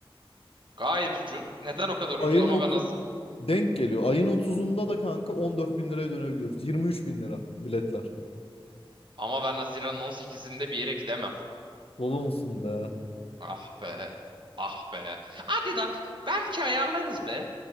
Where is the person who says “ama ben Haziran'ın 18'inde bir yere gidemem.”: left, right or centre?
Right